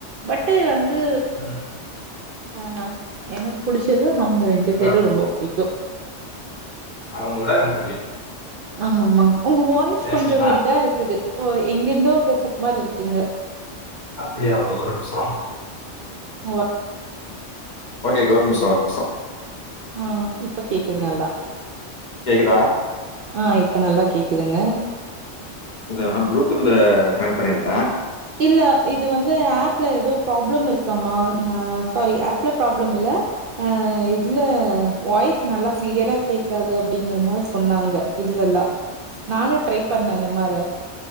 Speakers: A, on the right (about 60°); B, on the left (about 45°).
A: பட்டு் வந்து
B: ம்,
A: ஆஹ எனக் புடிச்சது அவுங்க ரெண்டு பேரும்
B: ர-
A: ரொம்ப புடிக்கும்
B: அவங்கள ரொம்ப பிடிக்கும்
A: ஆம்மாம்மா உங்க வாய்ஸ்
B: தேவலா
A: கொஞ்சோ இதா இருக்குது எங்கிருந்தோ பேசுற மாரி இருக்குங்க
B: அப்டியா ஒரு நிம்ஷம்
A: உங்க
B: ஓகே ஒரு நிமிஷம் ஒரு நிமிஷம்
A: அ இப்ப கேக்குது நல்லா
B: கேக்குதா
A: ஆ இப்ப நல்லா கேக்குதுங்க
B: இவ்ளே நேரம் ப்ளூடூத்ல கனெக்ட் பண்ணிருந்த
A: இல்ல இது வந்து ஆப்ல ஏதோ ப்ராப்ளம் இருக்காமா நா சாரி ஆப்ல ப்ராப்ளம் இல்ல அ இத்ல வாய்ஸ் நல்லா க்ளியரா கேக்காது அப்டிங்கிற மார சொன்னாங்க இதுல இல்ல நானு ட்ரை பண்ண அந்த மார